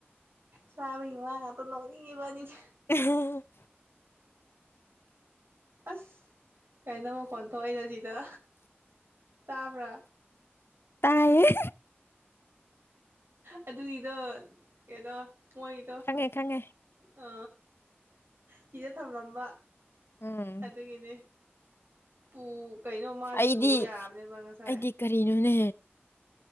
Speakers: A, on the right; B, on the left.
A: ꯁꯥꯕꯒꯤ ꯋꯥ ꯉꯥꯛꯇ ꯅꯣꯛꯅꯤꯡꯉꯦ ꯏꯕꯥꯅꯤꯁꯦ
B: ꯎ <inaudible>
A: ꯑꯁ ꯀꯩꯅꯣ ꯃꯈꯣꯟ ꯊꯣꯛꯢꯗꯣ ꯁꯤꯗ ꯇꯥꯕ꯭ꯔꯥ
B: ꯇꯥꯏꯌꯦ
A: ꯑꯗꯨꯒꯤꯗꯣ ꯀꯩꯅꯣ ꯃꯣꯏ
B: ꯈꯪꯉꯦ ꯈꯪꯉꯦ
A: ꯑ ꯁꯤꯗ ꯊꯝꯂꯝꯕ
B: ꯎꯝ
A: ꯑꯗꯨꯒꯤꯅꯦ ꯄꯨ ꯀꯩꯅꯣ ꯃꯥꯁꯦ
B: ꯑꯩꯗꯤ
A: ꯄꯨꯕ ꯌꯥꯕꯅꯦꯕ ꯉꯁꯥꯏ
B: ꯑꯩꯗꯤ ꯀꯔꯤꯅꯣꯅꯦ